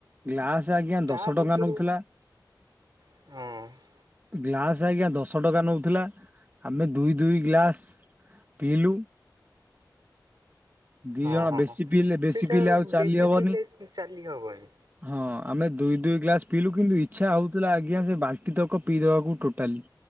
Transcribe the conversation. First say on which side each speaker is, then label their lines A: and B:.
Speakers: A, on the right; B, on the right.
A: ଗ୍ଲାସ ଆଜ୍ଞା
B: ତା
A: ଦଶ ଟଙ୍କା
B: ଭିତରୁ
A: ନଉଥିଲା।
B: ହଁ।
A: ଗ୍ଲାସ ଆଜ୍ଞା ଦଶ ଟଙ୍କା ନଉଥିଲା। ଆମେ ଦୁଇ ଦୁଇ ଗ୍ଲାସ୍ ପିଇଲୁ। ଦି
B: ହଁ
A: ଜଣ
B: ହଁ
A: ବେଶୀ ପିଇଲେ ବେଶୀ
B: ସେଇଟା
A: ପିଇଲେ ଆଉ ଚାଲି
B: ବେଶୀ
A: ହବନି।
B: ପିଇଲେ ଚାଲି ହବନି।
A: ହଁ ଆମେ ଦୁଇ ଦୁଇ ଗ୍ଲାସ ପିଇଲୁ କିନ୍ତୁ ଇଚ୍ଛା ହଉଥିଲା ଆଜ୍ଞା ସେ ବାଲ୍ଟି ତକ ପିଇଦବାକୁ ଟୋଟାଲି।